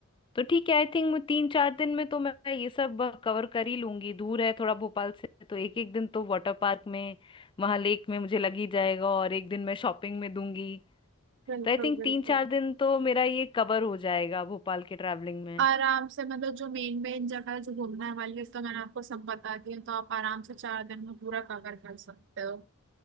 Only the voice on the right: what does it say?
बिल्कुल
बिल्कुल
आराम से मतलब जो मेन मेन जगह है जो घूमने वाली है तो मैंने आपको सब बता दिया तो आप आराम से चार दिन में पूरा कवर कर सकते हो